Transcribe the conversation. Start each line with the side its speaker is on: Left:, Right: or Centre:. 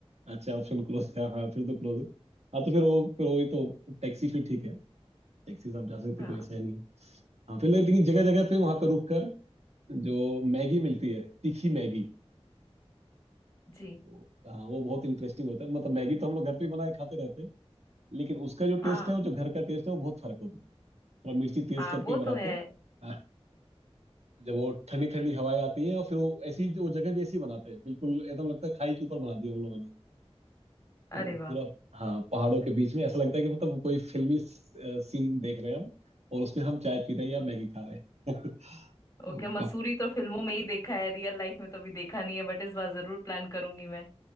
Right: अच्छा ऑप्शन क्लोज है हाँ फिर तो क्लोज है हाँ तो फिर वो फिर वही तो टैक्सी फिर ठीक है टैक्सी से आप जा सकते
Left: हाँ
Right: कोई ऐसा है नहीं है हाँ फिर लेकिन जगह जगह पे वहां पे रुक कर जो मैगी मिलती है तीखी मैगी
Left: जी
Right: तो, हाँ वो बहुत इंटरेस्टिंग होता है मतलब मैगी तो हम लोग घर पे ही बनाए खाते रहते हैं लेकिन उसका जो
Left: हाँ
Right: टेस्ट है और जो घर का टेस्ट है वो बहुत फर्क होता है थोड़ा मिर्ची तेज
Left: हाँ
Right: करके
Left: वो
Right: बनाते
Left: तो है
Right: हैं <laughs> हाँ। जब वो ठंडी ठंडी हवाएं आती हैं और फिर वो ऐसी वो जगह भी ऐसी बनाते हैं बिल्कुल एकदम लगता है खाई के ऊपर बना दिया उन लोगों ने तो
Left: अरे वाह
Right: पूरा हाँ पहाड़ों के बीच में ऐसा लगता है कि मतलब कोई फिल्मी सीन देख रहे हैं हम और उसमें हम चाय पी रहे हैं या
Left: ओके
Right: मैगी खा रहे हैं <laughs> तो
Left: ओके मसूरी
Right: काफ-
Left: तो फिल्मों में ही देखा है रियल लाइफ में तो अभी देखा नहीं है बट इस बार जरूर प्लान करूंगी मैं